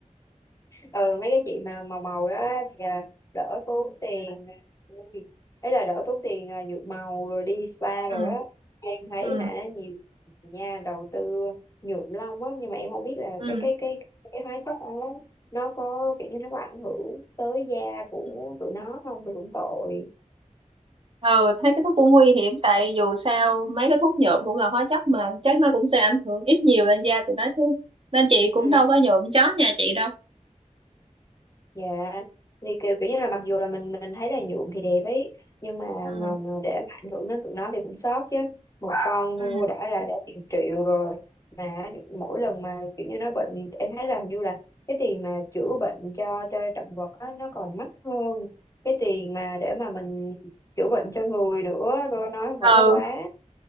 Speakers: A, on the left; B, on the right.
A: ừ mấy cái chị mà màu màu đó thì à, đỡ tốn tiền à, ui, ấy là đỡ tốn tiền à, nhuộm màu rồi đi spa
B: ừ
A: rồi đó em thấy
B: ừ
A: hả nhiều người nha đầu tư nhuộm lông á nhưng mà em không biết là
B: ừ
A: cái cái cái cái hóa chất đó nó có kiểu như nó có ảnh hưởng tới da của
B: Ừ.
A: tụi nó không thì cũng tội
B: ờ thấy cái thuốc cũng nguy hiểm tại dù sao mấy cái thuốc nhuộm cũng là hóa chất mà chắc nó cũng sẽ ảnh hưởng ít nhiều lên da tụi nó chứ nên chị cũng
A: ừ.
B: đâu có nhuộm chó nhà chị đâu
A: Dạ, thì kiểu kiểu như là mặc dù là mình mình thấy là nhuộm thì đẹp ấy, nhưng mà
B: ừ
A: mà, mà để mà ảnh hưởng đến tụi nó thì cũng sót chứ. Một con
B: ừ
A: mua đã là đã tiền triệu rồi mà mỗi lần mà kiểu như nó bệnh em thấy là hình như là cái tiền mà chữa bệnh cho cho động vật á nó còn mắc hơn cái tiền mà để mà mình chữa bệnh cho người nữa rồi nói
B: ờ
A: phải nó quá